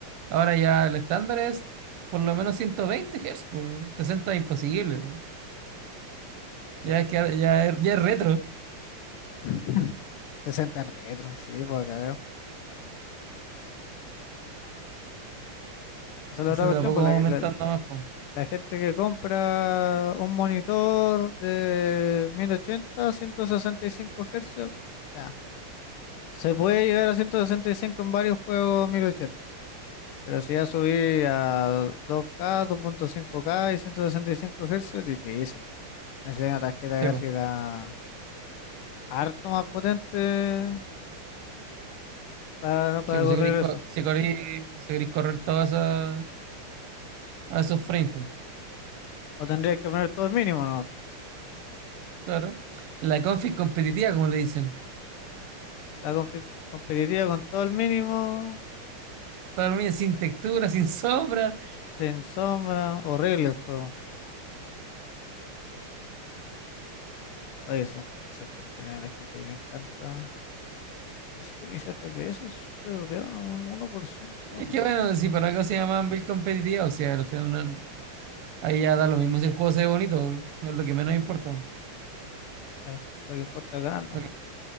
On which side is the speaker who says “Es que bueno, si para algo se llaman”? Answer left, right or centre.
Right